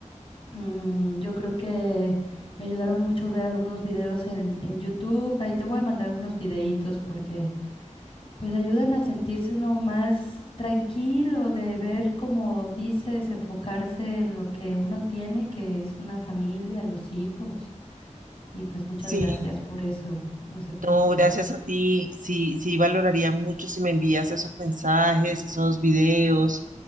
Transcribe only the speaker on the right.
Sí.
No,
gracias a ti. Sí, sí, valoraría mucho si me envías esos mensajes, esos videos,